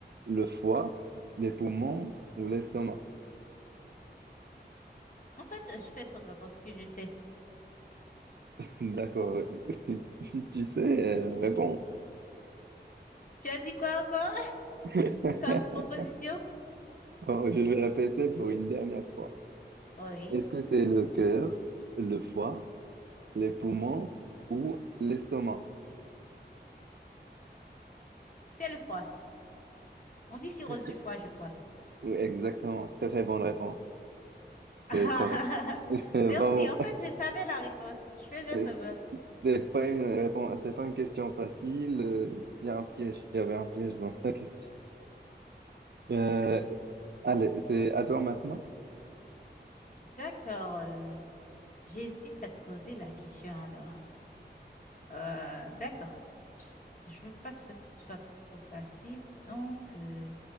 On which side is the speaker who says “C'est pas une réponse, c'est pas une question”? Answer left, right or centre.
Right